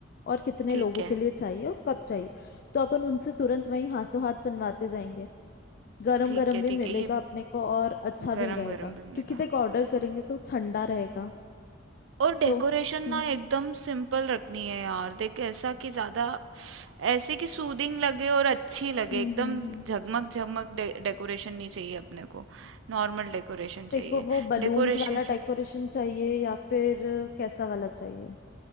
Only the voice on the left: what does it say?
और कितने
लोगों
के लिए चाहिए और कब चाहिए तो अपन उनसे तुरंत वही हाथों हाथ बनवाते जाएंगे गरम
गरम
भी
मिलेगा
अपने को और अच्छा भी
रहेगा
क्योंकि देखो ऑर्डर करेंगे तो ठंडा रहेगा
तो हम्म
हम्म
हम्म हम्म।
तेरे
को वो बलून्स
वाला डेकोरेशन चाहिए या फिर कैसा वाला चाहिए